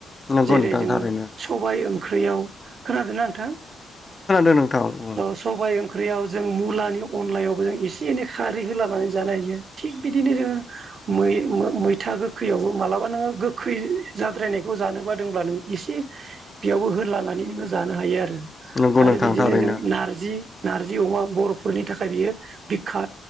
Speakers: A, on the left; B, on the right.
A: नंगौ
B: जेरै
A: नोंथां
B: जोङो
A: थारैनो
B: सबाइ ओंख्रियाव खोनादोंना नोंथां?
A: नोंथाव उम।
B: औ सबाय ओंख्रियाव जों मुलानि अनलायावबो जों एसे एनै खारै होलाबानै जानो हायो थिग बिदिनो जोङो मै मो मैथा गो खैयावबो मालाबा नोङो गोखै जाद्रायनायखौ जानोबादोंब्ला नों इसे बेयावबो होदलाना नानै नों जानो हायो आरो
A: नंगौ
B: आरो
A: नोंथां
B: बिदिनो
A: थारैनो
B: जोङो नार्जि नार्ज जि अमा बर'फोरनि थाखाय बियो बिखा